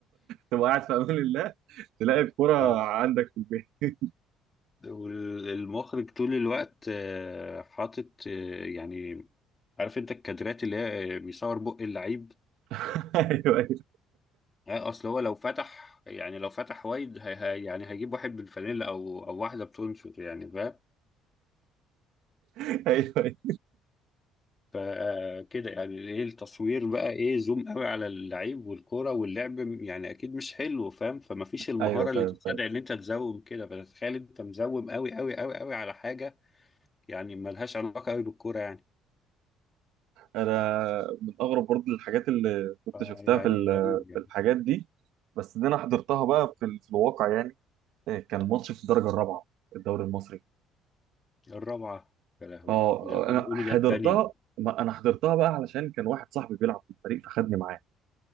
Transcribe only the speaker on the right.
تبقى قاعد في امان الله تلاقي الكرة
عندك في البيت
<laughs> ايوه ايوه
ايوه ايوه
أيوة، فاهم
فاهم
انا من اغرب برضه الحاجات اللي كنت
شفتها
في ال-
في الحاجات دي بس دي انا حضرتها بقى في, ال- في الواقع يعني إيه، كان ماتش في الدرجه الرابعه الدوري المصري
اه
انا
حضرتها
ما انا حضرتها بقى علشان كان واحد صاحبي بيلعب في الفريق فخدني معاه